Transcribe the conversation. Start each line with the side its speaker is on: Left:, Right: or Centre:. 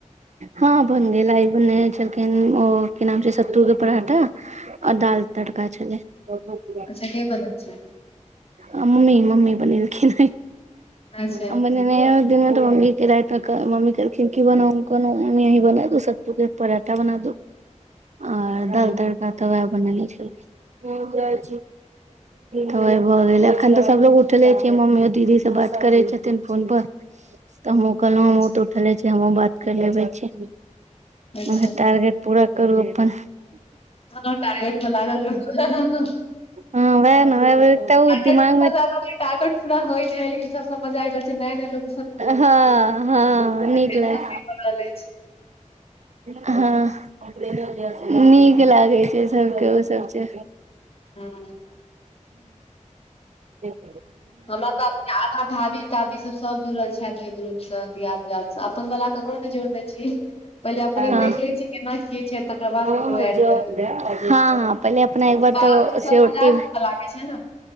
Right: हॅं बन गेलै। बनेने छलखिन ओ की नाम छै सत्तू के पराठा और दाल तड़का छलैह।
Left: अच्छा के बनेने छै?
Right: आ मम्मी मम्मी बनेलखिन्ह आइ।
Left: अच्छा
Right: हम दिन मे त मम्मी के राति मे क मम्मी कहलखिन की बनाउ हम कहलौं मम्मी अहीं बनेए दू सत्तू के पराठा बना दू आर
Left: ह
Right: दाल तड़का तऽ वेएह बनैले छलखिन। हँ जाइ छी। भऽ गेलै एखन तऽ सबलोग उठले छै मम्मियो दीदी से बात करै छथिन फोन पर। तऽ हमहुँ कहलौ
Left: अच्छा
Right: हमहुॅं तऽ उठले छी हमहुँ बात कर लेबै छी।
Left: अच्छा
Right: अहां टारगेट पूरा करू अप्पन।
Left: हँ टारगेट पर लागल रहू
Right: हँ वेएह नऽ एकटा
Left: टारगेट
Right: ओ दिमाग
Left: से
Right: मे
Left: लागल रहै, टारगेट पूरा होइ छै लेकिन सब स मजा आइब रहल छै नया नया लोग
Right: हँ हँ नीक
Left: टेंशन
Right: लाग
Left: नहि पड़ रहल अछि
Right: हँ <inaudible> नीक लागै छै सबके ओ सब चीज।
Left: हँ
Right: <inaudible>
Left: हमरा तऽ अपने आधा धाबी। ताबी सब सब जुड़ल छथि ओइ ग्रुप सॅं दियाद बियाद स अपन बला ककरो नै जोड़ने छिह। पहिले अपने
Right: हँ
Left: देख लै छिय केना की छै तकर बाद
Right: हँ
Left: ककरो ऐड करबै।
Right: हँ पहिले अपना एक बार
Left: बाद
Right: तो
Left: मे सब
Right: सियोटी
Left: मजाक करऽ लागै छै न।